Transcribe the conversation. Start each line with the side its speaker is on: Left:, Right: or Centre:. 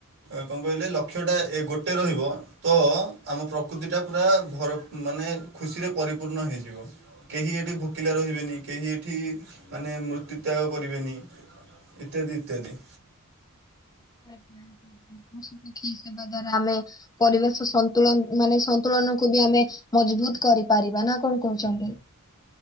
Right: କଣ କହିଲେ ଲକ୍ଷ୍ୟଟା ଏ ଗୋଟେ ରହିବ। ତ ଆମ ପ୍ରକୃତି ପ୍ରକୃତିଟା ପୁରା ଭ ମାନେ ଖୁସିରେ ପରିପୂର୍ଣ୍ଣ ହେଇଯିବ। କେହି ଏଠି ଭୋକିଲା ରହିବେନି କେହି ଏଠି ମାନେ ମୃତ୍ୟୁ ତ୍ୟାଗ କରିବେନି। ଇତ୍ୟାଦି ଇତ୍ୟାଦି।
Left: ଆଜ୍ଞା ପଶୁ ପକ୍ଷୀ ସେବା ଦ୍ଵାରା ଆମେ ପରିବେଶ ସନ୍ତୁଳନ ମାନେ ସନ୍ତୁଳନକୁୁ ବି ଆମେ ମଜବୁତ କରିପାରିବା ନା କଣ କହୁଛନ୍ତି?